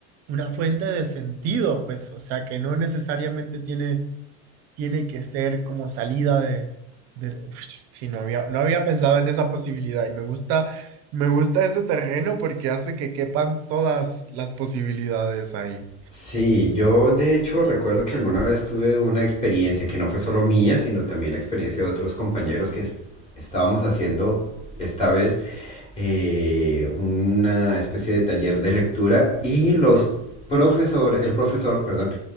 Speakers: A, on the right; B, on the left.
A: una fuente de sentido, pues, o sea, que no necesariamente tiene, tiene que ser como salida de, de- Uf, sí, no había, no había pensado en esa posibilidad y me gusta, me gusta ese terreno porque hace que quepan todas las posibilidades ahí.
B: Sí, yo de hecho recuerdo que alguna vez tuve una experiencia que no fue solo mía, sino también experiencia de otros compañeros que est- estábamos haciendo esta vez eh, una especie de taller de lectura y los profesor, el profesor, perdón,